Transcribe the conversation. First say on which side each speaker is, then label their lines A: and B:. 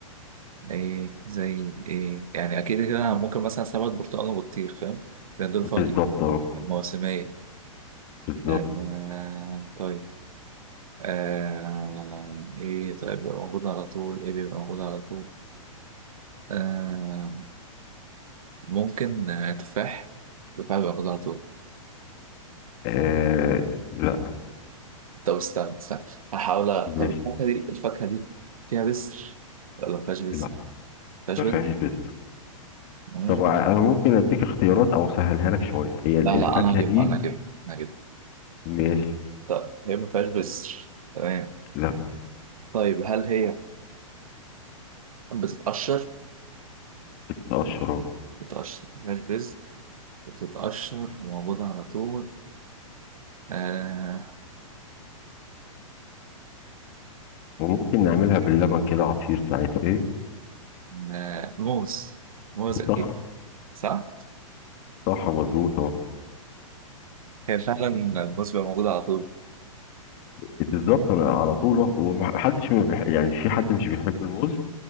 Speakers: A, on the right; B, on the left.
A: إيه زي ال إيه يعني أكيد كده أنا ممكن مثلا سمك برتقال وبطيخ فاهم لأن دول
B: بالظبط
A: فواكه
B: اه
A: موسمية
B: بالظبط
A: آه طيب آه إيه طيب بيبقى موجود على طول إيه بيبقى موجود على طول آه ممكن آه، تفاح تفاح بيبقى موجود على طول
B: آه لا
A: طب استنى استنى هحاول أ-
B: ماشي
A: طب الفاكهة دي الفاكهة دي فيها بذر ولا ما فيهاش بذر؟
B: لا
A: ما فيهاش
B: ما فيهاش
A: بذر؟
B: بس
A: مم.
B: طب انا ممكن اديك اختيارات او اسهلها لك شويه هي ال-
A: لا
B: الفاكهه
A: لا انا هجيبها
B: دي
A: انا هجيبها انا هجيبها
B: ماشي
A: طب هي ما فيهاش بذر تمام
B: لا
A: طيب هل هي بتتقشر؟
B: بتتقشر آه.
A: بتتقشر ما فيهاش بذر بتتقشر وموجودة على طول آه...
B: وممكن نعملها باللبن كده عصير ساعات فاهم
A: آه، موز موز أكيد
B: صح
A: صح؟
B: صح مظبوط آه.
A: هي فعلا الموز بيبقى موجود على طول
B: بالظبط انا على طول أه. ومحدش ما بيح... يعني في حد مش بيحب الموز